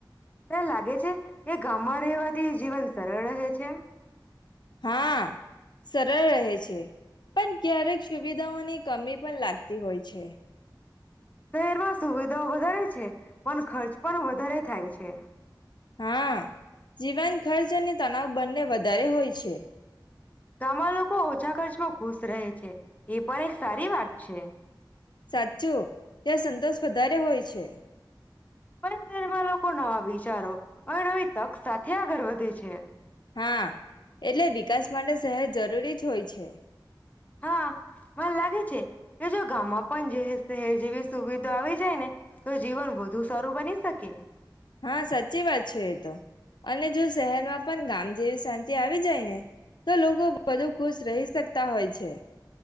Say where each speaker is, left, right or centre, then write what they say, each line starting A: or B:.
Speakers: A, on the left; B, on the left.
A: તને લાગે છે કે ગામમાં રહેવાથી જીવન સરળ રહે છે?
B: હા, સરળ રહે છે પણ ક્યારેક સુવિધાઓની કમી પણ લાગતી હોય છે.
A: શહેરમાં સુવિધાઓ વધારે છે પણ ખર્ચ પણ વધારે થાય છે.
B: હા જીવન. ખર્ચની તણાવ બંને વધારે હોય છે.
A: ગામમાં લોકો ઓછા ખર્ચમાં ખુશ રહે છે. એ પણ એક સારી વાત છે
B: સાચું ત્યાં સંતોષ વધારે હોય છે
A: પણ તેરમાં લોકો નવા વિચારો અનેવે નવી તક સાથે આગળ વધે છે
B: હા એટલે વિકાસ માટે સહેજ જરૂરી જ હોય છે
A: હા ભ લાગે છે કે જો ગામમાં પણ જે શહેર જેવી સુવિધા આવી જાય ને તો જીવન વધુ સારું બની શકે
B: હા સાચી વાત છે એતો અને જો શહેરમાં પણ ગામ જેવી શાંતિ આવી જાય ને તો લોકો વધુ ખુશ રહી શકતા હોય છે